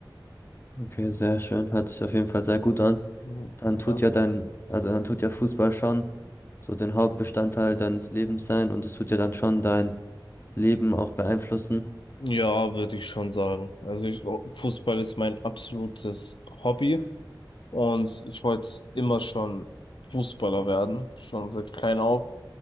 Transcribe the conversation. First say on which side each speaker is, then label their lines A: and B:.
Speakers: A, on the left (about 30°); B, on the left (about 80°).
A: Okay, sehr schön. Hört sich auf jeden Fall sehr gut an.
B: Mhm.
A: Dann tut
B: Ja.
A: ja dein, also dann tut ja Fußball schon so den Hauptbestandteil deines Lebens sein und es tut ja dann schon dein Leben auch beeinflussen.
B: Ja, würde ich schon sagen. Also ich, Fußball ist mein absolutes Hobby. Und ich wollte immer schon Fußballer werden, schon seit klein auf.